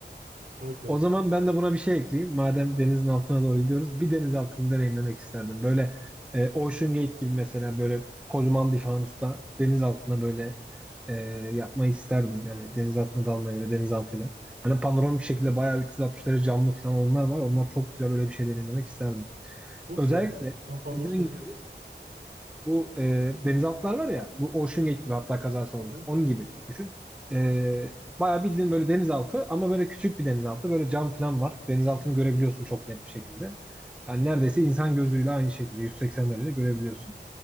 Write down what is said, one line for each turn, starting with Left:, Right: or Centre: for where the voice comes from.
Right: Çok var.
Centre: O zaman ben de buna bir şey ekleyeyim. Madem denizin altına doğru gidiyoruz, bir deniz altını deneyimlemek isterdim. Böyle e, Ocean Gate gibi mesela böyle kocaman bir fanusta deniz altına böyle e, yapmayı isterdim. Yani deniz altına dalmayı öyle deniz altıyla. Hani panoramik şekilde bayağı 360 derece camlı falan olanlar var. Onlar çok güzel öyle bir şey deneyimlemek isterdim.
Right: Nasıl
Centre: Özellikle
Right: yani? Şampanus
Centre: denizden
Right: dediğimiz
Centre: gidiyoruz. Bu e, denizaltılar var ya bu Ocean Gate gibi hatta kazası
Right: tatil
Centre: olmuş. Onun gibi düşün. E, bayağı bildiğin böyle denizaltı ama böyle küçük bir denizaltı. Böyle cam falan var. Denizaltını görebiliyorsun çok net bir şekilde. Yani neredeyse insan gözüyle aynı şekilde 180 derece görebiliyorsun.